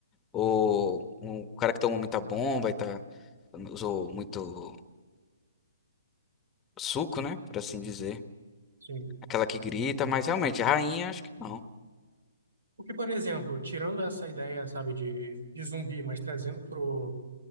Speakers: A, on the left (about 15°); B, on the right (about 75°).
A: Ou um cara que tomou muita bomba e tá usou muito suco, né, por assim dizer.
B: Sim.
A: Aquela que grita, mas realmente a rainha acho que não.
B: Porque, por exemplo, tirando essa ideia, sabe, de, de zumbi, mas trazendo pro,